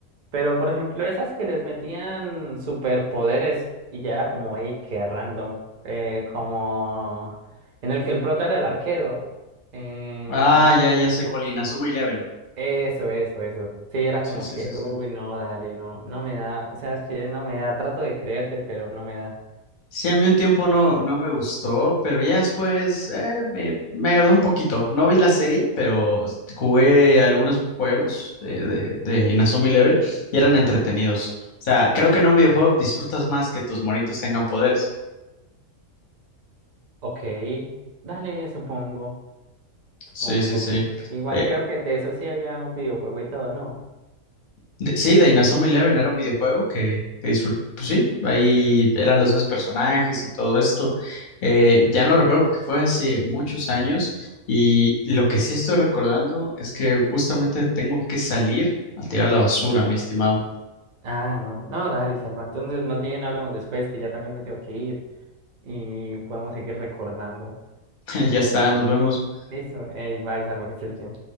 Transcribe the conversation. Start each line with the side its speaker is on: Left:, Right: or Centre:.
Right: Pero, por ejemplo, esas que les metían superpoderes y ya era como, hey, qué random. eh, como en el que el prota era el arquero. em,
Left: Ah, ya, ya sé cuál, Inazuma Eleven.
Right: eso, eso, eso. Sí, era
Left: Sí,
Right: como
Left: sí,
Right: que,
Left: sí, sí.
Right: uy, no, dale, no, no me da. O sea, es que no me da. Trato de creerte, pero no me da.
Left: Sí, a mí un tiempo no, no me gustó, pero ya después eh, me, me agradó un poquito. No vi la serie, pero jugué algunos juegos de, de, de Inazuma Eleven y eran entretenidos.
Right: Ujú,
Left: O sea, creo que en un videojuego disfrutas más que tus monitos tengan poderes.
Right: Ok, dale, supongo, supongo.
Left: Sí, sí, sí.
Right: Igual
Left: Eh,
Right: creo que de eso sí había un videojuego y todo, ¿no?
Left: De- sí, de Inazuma Eleven era un videojuego que, que disfruté, pues sí, ahí eran los mismos personajes y todo esto. Eh, ya no lo recuerdo porque fue hace muchos años y lo que sí estoy recordando es que justamente tengo que salir a tirar la basura, mi estimado.
Right: Ah, no, no, dale, Salva. Entonces, más bien hablamos después, que ya también me tengo que ir. y podamos seguir recordando.
Left: <laughs> Ya está, nos vemos.
Right: Listo, ey, bye, Salva, que estés bien.